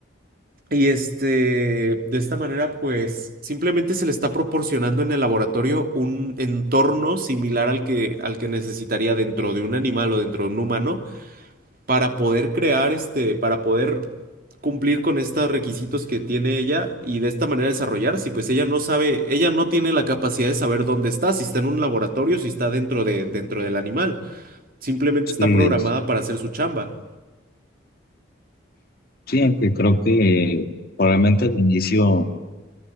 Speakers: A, on the right; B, on the left.
A: Y este, de esta manera, pues simplemente se le está proporcionando en el laboratorio un entorno similar al que, al que necesitaría dentro de un animal o dentro de un humano para poder crear este, para poder cumplir con estos requisitos que tiene ella y de esta manera desarrollarse. Y pues ella no sabe, ella no tiene la capacidad de saber dónde está, si está en un laboratorio, si está dentro de, dentro del animal. Simplemente
B: Sí,
A: está programada
B: es-
A: para hacer su chamba.
B: sí, aunque creo que probablemente al inicio,